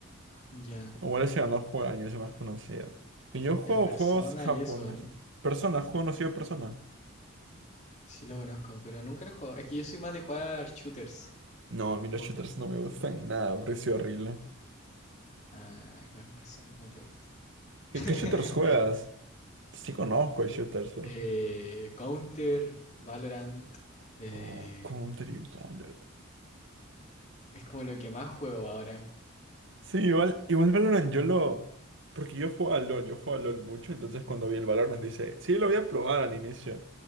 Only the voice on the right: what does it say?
Igual ese ganó juego del año, es el más conocido. Y yo juego
juegos japoneses.
Persona, juego conocido de Persona.
No, a mí los
shooters no me gustan nada, porque soy horrible.
¿Qué,
qué shooters juegas? Sí conozco de shooters, pero...
Oh, Counter y Valorant.
Sí, igual, igual Valorant yo lo... Porque yo juego a LoL, yo juego a LoL mucho, entonces cuando vi el Valorant dice, sí, lo voy a probar al inicio.